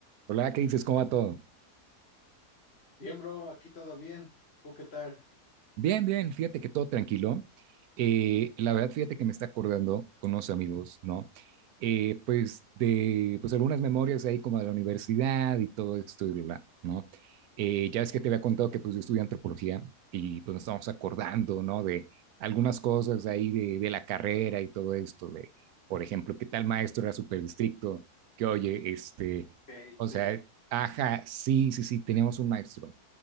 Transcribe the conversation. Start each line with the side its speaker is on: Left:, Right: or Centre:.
Right: Hola, ¿qué dices? ¿Cómo va todo?
Left: Bien, bro, aquí todo bien. ¿Tú qué tal?
Right: Bien, bien, fíjate que todo tranquilo. Eh, la verdad, fíjate que me está acordando con unos amigos, ¿no? Eh, pues de pues algunas memorias ahí como de la universidad y todo esto y bla, bla, ¿no? Eh, ya es que te había contado que pues yo estudié antropología y pues nos estamos acordando, ¿no? De algunas cosas ahí de, de la carrera y todo esto, de, por ejemplo, que tal maestro era súper estricto, que oye, este,
Left: Ok,
Right: o
Left: sí.
Right: sea, ajá, sí, sí, sí, teníamos un maestro